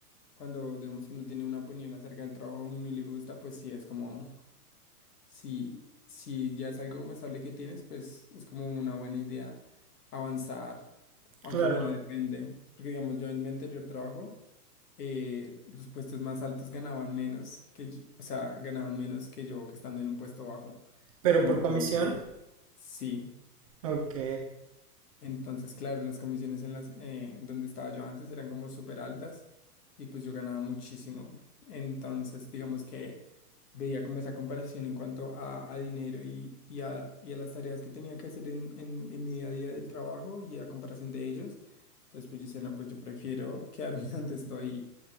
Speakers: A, on the left; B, on the right.
A: cuando digamos que uno tiene una opinión acerca del trabajo de uno y le gusta, pues sí, es como Si, si ya es algo como estable que tienes, pues es como una buena idea avanzar. Aunque
B: Claro,
A: bueno, depende. Porque digamos, yo en mi anterior trabajo, eh, los puestos más altos ganaban menos que yo, o sea, ganaban menos que yo que estando en un puesto bajo.
B: pero
A: Entonces,
B: por comisión.
A: sí.
B: Ok,
A: Entonces, claro, las comisiones en las eh, donde estaba yo antes eran como súper altas y pues yo ganaba muchísimo. Entonces, digamos que veía como esa comparación en cuanto a, a dinero y, y, a, y a las tareas que tenía que hacer en, en, en mi día a día del trabajo y a comparación de ellos. Entonces, pues yo decía, no, pues yo prefiero quedarme <laughs> donde estoy,